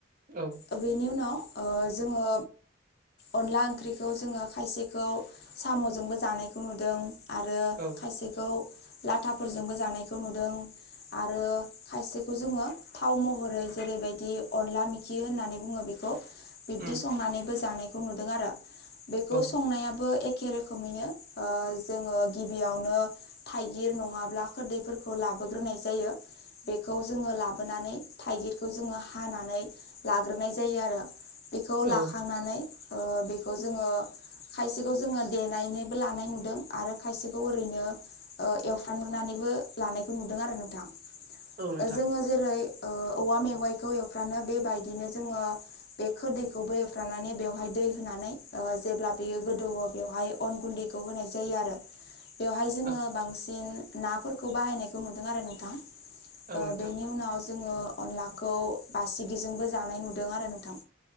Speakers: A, on the right (about 50°); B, on the left (about 60°).
A: औ।
B: ओ बेनि उनाव ओ जोङो अनला ओंख्रिखौ जोङो खायसेखौ साम'जोंबो जानायखौ नुदों आरो
A: औ
B: खायसेखौ लाथाफोरजोंबो जानायखौ नुदों आरो खायसेखौ जोङो थाव महरै जेरैबायदि अनला मेखि होननानै बुङो बेखौ बिब्दि
A: उम
B: संनानैबो जानायखौ नुदों आरो बेखौ
A: औ
B: संनायाबो एखे रोखोमैनो ओ जोङो गिबियावनो थाइगिर नङाब्ला खोरदैफोरखौ लाबोग्रोनाय जायो। बेखौ जोङो लाबोनानै थाइगिरखौ जोङो हानानै लाग्रोनाय जायो आरो। बेखौ
A: औ
B: लाखांनानै ओ बे खौ जोङो खायसेखौ जोङो देनानैबो लानाय नुदों आरो खायसेखौ ओरैनो ओ एवफ्रामनानैबो लानायखौ नुदों आरो नोंथां।
A: औ नोंथां
B: ओ जोङो जेरै ओ औवा मेवाइखौ एवफ्रानो बेबायदिनो जोङो बे खोरदैखौबो एवफ्रामनानै बेवहाय दै होनानै ओ जेब्ला बेयो गोदौवो बेवहाय अन गुन्दै खौ होनाय जायो आरो। बेवहाय जोङो
A: औ
B: बांसिन नाफोरखौ बाहायनायखौ नुदों आरो नोंथां। ओ
A: औ नोंथां
B: बेनि उनाव जोङो अनलाखौ बासिगिजोंबो जानाय नुदों आरो नोंथां।